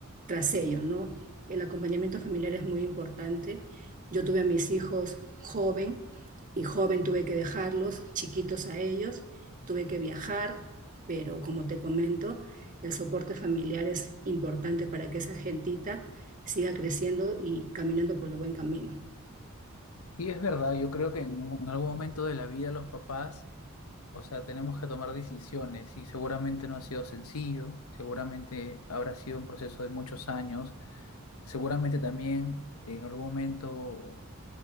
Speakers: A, on the right (about 40°); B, on the left (about 80°).
A: tras ello, ¿no? El acompañamiento familiar es muy importante. Yo tuve a mis hijos joven y joven tuve que dejarlos, chiquitos a ellos, tuve que viajar, pero como te comento, el soporte familiar es importante para que esa gentita siga creciendo y caminando por el buen camino.
B: Y es verdad, yo creo que en, en algún momento de la vida los papás, o sea, tenemos que tomar decisiones y seguramente no ha sido sencillo, seguramente habrá sido un proceso de muchos años Seguramente también en algún momento